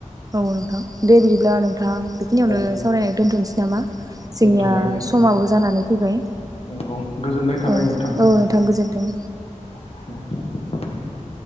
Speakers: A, on the right (about 30°); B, on the left (about 50°).
A: औ नोंथां दे बिदिब्ला नोंथां बेखिनियावनो
B: औ
A: सावरायनायखौ दोनथ'नोसै नामा जोंनिया
B: दोनथ'बाय दे
A: समाबो जानानै फैबाय
B: नंगौ गोजोननाय थाबाय
A: औ औ
B: नोंथां
A: नोंथां गोजोन्थों
B: <unintelligible>